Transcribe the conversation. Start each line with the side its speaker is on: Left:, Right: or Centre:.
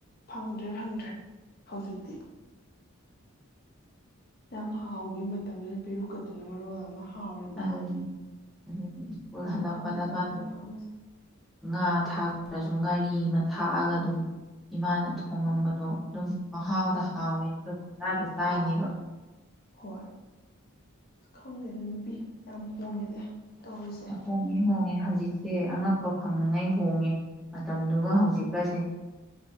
Left: ꯐꯪꯗ꯭ꯔꯦ ꯐꯪꯗ꯭ꯔꯦ ꯍꯧꯖꯤꯛꯇꯤ ꯌꯥꯝ ꯍꯥꯎꯈꯤ ꯃꯇꯝꯗꯨꯗ ꯄꯦꯔꯨꯛꯀꯠꯇꯨꯅ ꯃꯔꯣꯜ ꯑꯃ ꯍꯥꯎꯔꯤꯕ
Centre: ꯑꯗꯨꯅꯤ ꯑꯗꯨ ꯁ꯭ꯀꯨꯜ
Left: ꯑꯗ
Centre: ꯍꯜꯂꯛꯄꯗꯒ
Left: ꯈꯪꯗꯦꯗ ꯃꯅꯥ ꯑꯃꯁꯦ
Centre: ꯉꯥ ꯊꯥꯛꯇ꯭ꯔꯁꯨ ꯉꯥꯔꯤ ꯑꯃ ꯊꯥꯛꯑꯒ ꯑꯗꯨꯝ ꯏꯃꯥꯅ ꯊꯣꯡꯉꯝꯕꯗꯣ ꯑꯗꯨꯝ ꯃꯍꯍꯥꯎꯗ ꯍꯥꯎꯋꯦ ꯑꯗꯨꯝ ꯍꯇꯥꯗ ꯆꯥꯏꯅꯦꯕ
Left: ꯍꯥꯎꯋꯦ ꯍꯣꯏ ꯑꯁ ꯈꯪꯗꯦꯗ ꯅꯨꯄꯤ ꯌꯥꯝ ꯍꯣꯡꯉꯦꯗ ꯇꯧꯔꯤꯁꯦ
Centre: ꯍꯣꯡꯉꯦ ꯍꯣꯡꯉꯦ ꯍꯧꯖꯤꯛꯁꯦ ꯑꯉꯛ ꯐꯪꯅꯉꯥꯏ ꯍꯣꯡꯉꯤ ꯃꯇꯝꯗꯨꯒ ꯍꯧꯖꯤꯛꯀꯁꯦ